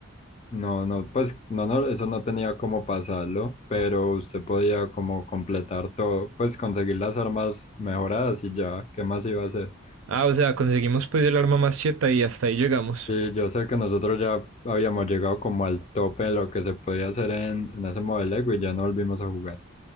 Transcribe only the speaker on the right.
Ah, o sea, conseguimos pues el arma más cheta y hasta ahí llegamos.